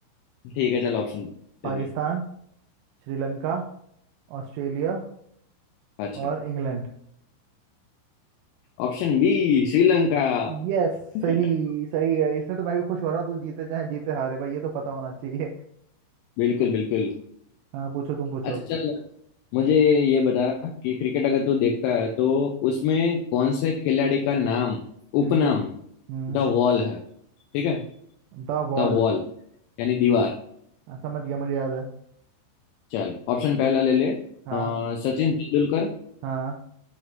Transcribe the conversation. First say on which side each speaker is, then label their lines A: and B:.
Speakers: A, on the left (about 80°); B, on the right (about 85°).
A: ठीक है चल ऑप्शन दे
B: पाकिस्तान
A: दे
B: श्रीलंका ऑस्ट्रेलिया
A: अच्छा
B: और इंग्लैंड
A: Option B Sri Lanka
B: यस
A: <laughs>
B: सही सही है इसमें तो मैं भी खुश हो रहा हूँ तू जीते चाहे जीते हारे भाई ये तो पता होना चाहिए
A: बिल्कुल बिल्कुल
B: हाँ पूछो तुम पूछो
A: अच्छा चल मुझे ये बता कि क्रिकेट अगर तू देखता है तो उसमें कौन से खिलाड़ी का नाम
B: हम्म
A: उपनाम
B: हम्म
A: द वॉल है ठीक है
B: The wall
A: द वॉल यानी दीवार
B: हाँ, समझ गया मुझे याद है
A: चल ऑप्शन पहला ले ले
B: हाँ
A: अ, सचिन तेंदुलकर
B: हाँ